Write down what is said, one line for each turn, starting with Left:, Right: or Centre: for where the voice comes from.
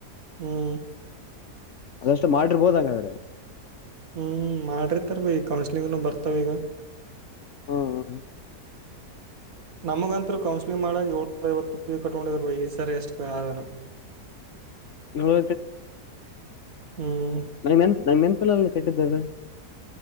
Right: ಹ್ಮ್
Left: ಅದಷ್ಟು ಮಾಡಿರ್ಬೋದ ಹಂಗಾದ್ರೆ.
Right: ಹ್ಮ್ ಮಾಡ್ರಿತರ್ ಬೈ ಕೌನ್ಸಿಲಿಂಗ್ನು ಬರ್ತಾವ ಈಗ.
Left: ಹ್ಮ್ ಹ್ಮ ಹ್ಮ.
Right: ನಮಗಂತರುೂ ಕೌನ್ಸಲಿಂಗ್ ಮಾಡಾಗ ಏಳ್ನೂರ ೈವತ್ತು ಪಿ ಕಟ್ಕೊಂಡಿರುವ ಈ ಸರಿ ಎಷ್ಟು ಆದನು. <inaudible>
Left: <unintelligible>
Right: ಹ್ಮ್
Left: ಇಪ್ಪಲ್ಲ ಒ ಕಟ್ಟಿದ್ದಧ.